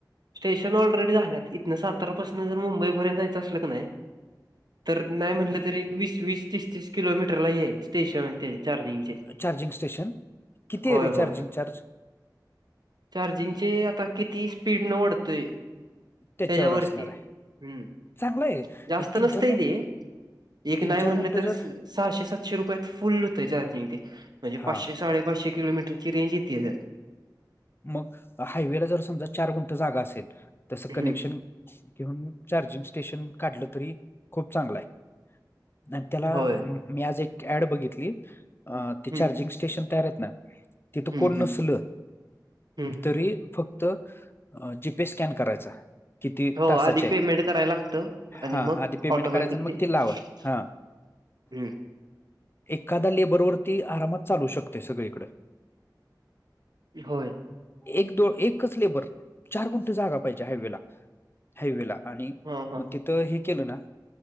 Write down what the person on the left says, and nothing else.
चार्जिंग स्टेशन किती आहे
रिचार्जिंग
चार्ज
त्याच्यावर
असणार आहे
चांगलं आहे
एक तीन
चार मिनिट
तीन
चार
गुंठ
जर
हा
मग हायवेला जर समजा चार गुण जागा असेल तस
कनेक्शन घिऊन चार्जिंग स्टेशन काढलं तरी खूप चांगलं आहे आणि त्याला
मी आज एक ऍड बघितली
चार्जिंग स्टेशन तयार आहेत ना तिथं
कोण
नसल
तरी फक्त जीपी स्कॅन करायचा किती
तासाचे
आहेत
हा
आधी पेमेंट
करायचं आणि मग
लावा हा एखादा लेबरवरती आरामात चालू शकते सगळीकडं
एक दो एक कच ले बर चार कोुणती जागा पाहिजे हायवेला हायवे ला आणि
मग तिथं हे केलं ना